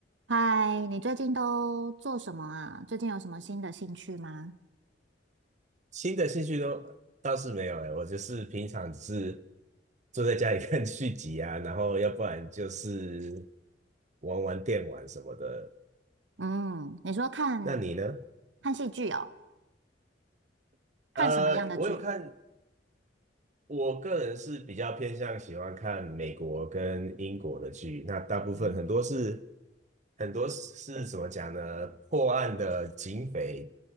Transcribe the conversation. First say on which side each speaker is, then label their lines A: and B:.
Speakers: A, on the right; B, on the right.
A: 嗨，你最近都做什么啊？最近有什么新的兴趣吗？
B: 新的兴趣都倒是没有哎，我就是平常只是坐在家里看续集啊，<laughs> 然后要不然就是玩玩电玩什么的。
A: 嗯，你说看
B: 那你呢？
A: 看戏剧哦，看什么样的剧？
B: 呃，我有看，我个人是比较偏向喜欢看美国跟英国的剧，那大部分很多是
A: 嗯，
B: 很多是怎么讲呢？破案的警匪